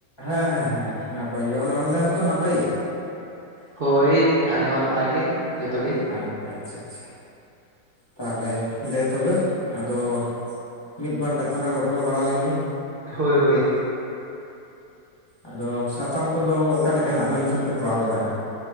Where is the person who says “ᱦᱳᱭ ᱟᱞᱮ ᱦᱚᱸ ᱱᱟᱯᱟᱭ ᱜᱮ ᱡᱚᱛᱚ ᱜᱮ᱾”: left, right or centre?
Right